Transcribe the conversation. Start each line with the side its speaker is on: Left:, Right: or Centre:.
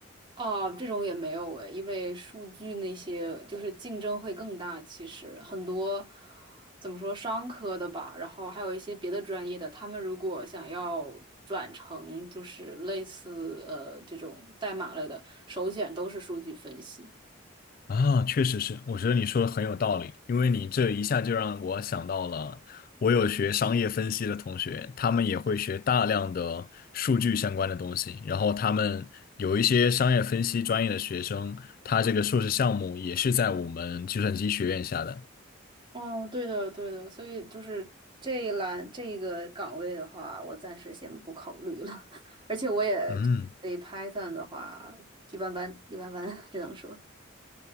Right: 哦，这种也没有诶，因为数据那些就是竞争会更大。其实很多怎么说商科的吧，然后还有一些别的专业的，他们如果想要转成就是类似呃这种代码类的，首选都是数据分析。
Left: 啊，确实是，我觉得你说的很有道理，因为你这一下就让我想到了，我有学商业分析的同学，他们也会学大量的数据相关的东西，然后他们有一些商业分析专业的学生，他这个硕士项目也是在我们计算机学院下的。
Right: 哦，对的，对的，所以就是这一栏这一个岗位的话，我暂时先不考虑了。<laughs> 而且我也
Left: 嗯，
Right: 对 Python 的话，一般般，一般般，只能说。